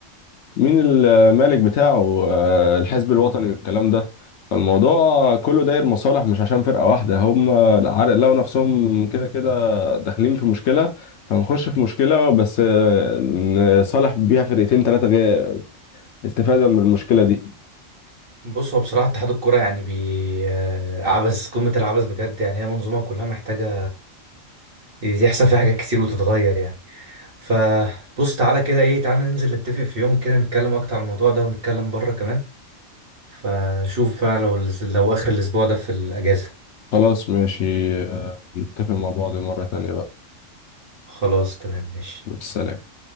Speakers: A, on the left; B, on the right.
A: مين المالك بتاعه آه، الحزب الوطني والكلام ده فالموضوع كله داير مصالح مش عشان فرقة واحدة هم عارف لقوا نفسهم كده كده داخلين في مشكلة فنخش في مشكلة بس آه، نصالح بيها فرقتين تلاتة غير استفادة من المشكلة دي
B: بص هو بصراحة اتحاد الكرة يعني بي آه، عبث قمة العبث بجد يعني هي منظومة كلها محتاجة يحصل فيها حاجات كتير وتتغير يعني فبص تعالى كده ايه تعالى ننزل نتفق في يوم كده نتكلم أكتر عن الموضوع ده ونتكلم بره كمان فشوف بقى لو لو آخر الأسبوع ده في الأجازة
A: خلاص ماشي آه، نتفق مع بعض مرة تانية بقى
B: خلاص تمام ماشي
A: والسلام